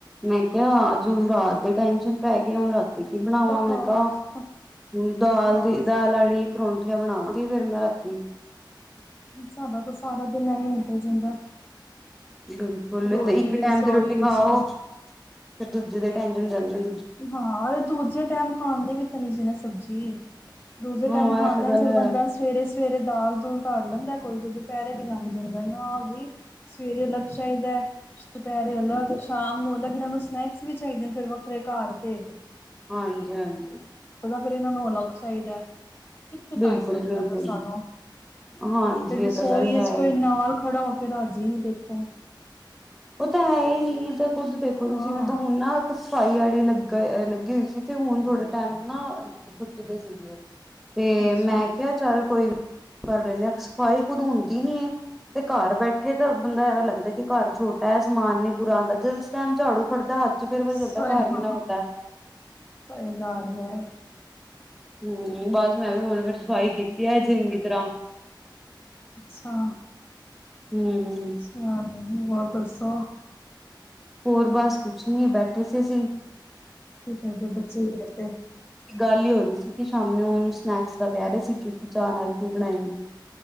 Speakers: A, in the centre; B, on the left.
A: ਮੈਂ ਕਿਹਾ ਅੱਜ ਹੁਣ ਰਾਤ ਦੇ ਟਾਈਮ ਪੈ ਗਿਆ ਰਾਤੀ ਕੀ ਬਣਾਵਾਂ, ਮੈਂ
B: ਹਾਂ
A: ਕਿਹਾ ਦਾਲ
B: ਬਸ
A: ਦੀ ਦਾਲ ਵਾਲੀ ਪਰੋਂਠ ਰਠੀਆਂ ਬਣਾਗੀ ਫੇਰ ਮੈਂ ਰਾਤੀ,
B: ਸਾਡਾ ਤੋਂ ਸਾਰਾ ਦਿਨ ਨਿਕਲ ਜਾਂਦਾ।
A: ਬਿਲਕੁਲ
B: ਰੋਟੀ
A: ਤੇ ਇੱਕ ਟੈਮ
B: ਰਸੋਈ
A: ਦੀ ਰੋਟੀ ਖਾਓ,
B: ਸੀ
A: ਫਿਰ ਦੂਜੇ ਦੇ ਟੈਂਸ਼ਨ ਜਾਂ ਹੁੰ
B: ਹਾਂ ਦੂਜੇ ਟਾਈਮ ਖਾਣ ਦੇ ਵੀ ਤਾਂ ਨਾ ਸਬਜ਼ੀ, ਦੂਜੇ
A: ਹਾਂ
B: ਟਾਈਮ ਖਾਂਦਾ,
A: ਇਹ ਤਾਂ ਗੱਲ
B: ਚਲ
A: ਹੈ
B: ਬੰਦਾ ਸਵੇਰੇ-ਸਵੇਰੇ ਦਾਲ ਦੂਲ ਤਰ ਲੈਂਦਾ। ਕੋਈ ਤੇ ਦੁਪਹਿਰੇ ਵੀ ਲੰਘ ਜਾਂਦਾ, ਨਾ ਵੀ ਸਵੇਰੇ ਅਲੱਗ ਚਾਹੀਦਾ ਦੁਪਹਿਰੇ ਅਲੱਗ ਸ਼ਾਮ ਨੂੰ ਲਕਿ ਇਹਨਾਂ ਨੂੰ ਸਨੈਕਸ ਵੀ ਚਾਹੀਦੇ, ਨੇ ਫਿਰ ਵੱਖਰੇ ਘਰ ਤੇ
A: ਹਾਂਜੀ-ਹਾਂਜੀ,
B: ਫਿਰ ਇਹਨਾਂ ਨੂੰ ਅਲੱਗ ਚਾਹੀਦਾ। ਕਿੱਥੇ
A: ਬਿਲਕੁਲ-ਬਿਲਕੁਲ
B: ਟਾਈਮ ਲੱਗਦਾ, ਫਿਰ ਸਾਨੂੰ
A: ਹਾਂਜੀ
B: ਫਿਰ
A: ਇਹ
B: ਰਸੋਈ
A: ਤਾਂ ਗੱਲ ਹੈ
B: ਚ ਕੋਈ
A: ਹੀ
B: ਨਾਲ ਖੜਾ ਹੋ ਕਿ ਰਾਜ਼ੀ ਨੀ ਕੋਈ ਦੇਖੋ।
A: ਉਹ ਤਾਂ ਹੈ ਹੀ ਨਹੀਂ ਤੇ ਕੁੱਦ ਦੇਖੋ,
B: ਹਾਂ
A: ਤੁਸੀਂ ਮੈਂ ਤਾਂ ਹੁਣ ਨਾ ਸਫ਼ਾਈ ਵਾਲੀ ਲੱਗੀ। ਲੱਗੀ ਹੋਈ ਸੀ, ਤੇ ਹੁਣ ਥੋੜੇ ਟਾਈਮ ਨਾ ਟੁਟੀ ਦੇ ਸੀਗੇ ਉਹ ਤੇ
B: ਅੱਛਾ
A: ਮੈਂ ਕਿਹਾ ਚੱਲ ਕੋਈ ਗੱਲ ਕਰ, ਲੈ ਸਫਾਈ ਕਦੋਂ ਹੁੰਦੀ। ਨ ਤੇ ਘਰ ਬੈਠੇ ਤਾਂ ਬੰਦਾ ਐਂ ਲੱਗਦਾ, ਕਿ ਘਰ ਛੋਟ ਪੈ ਸਮਾਨ ਨੀ ਬੁਰਾ ਆਦਾ, ਜਿਸ ਟਾਈਮ ਝਾੜੂ ਫੜਦਾ। ਤੇ ਫਿਰ ਪਤਾ
B: ਸ
A: ਚਲਦਾ ਘਰ
B: ਹਾਂ
A: ਕਿੰਨਾ ਵੱਡਾ,
B: ਸਹੀ ਗੱਲ ਹੈ
A: ਹੂੰ, ਬਸ ਮੈਂ ਵੀ ਉਹਨ ਫਿਰ ਸਫ਼ਾਈ ਕੀਤੀ ਹੈ, ਚੰਗੀ ਤਰ੍ਹਾਂ
B: ਅੱਛਾ,
A: ਹੂੰ-ਹੂੰ,
B: ਅੱਛਾ ਹੋਰ ਦੱਸੋ?
A: ਹੋਰ ਬਸ ਕੁਛ ਨਹੀਂ ਬੈਠੇ ਸੀ ਅਸੀ,
B: ਕੀ ਕਰਦੇ ਬੱਚੇ? ਕੀ ਦੇੇਖਦੇ?
A: ਇੱਕ, ਗੱਲ ਹੀ ਹੋ, ਰਹੀ ਸੀ, ਕਿ ਸ਼ਾਮੀ ਹੁਣ ਸਨੈਕਸ ਦਾ, ਵਿਆਹ ਕੇਹ ਰਹੇ ਸੀਗੇ। ਕਿ ਚਾਹਅ ਨਾਲ, ਕੀ ਬਣਾਏਗੀ।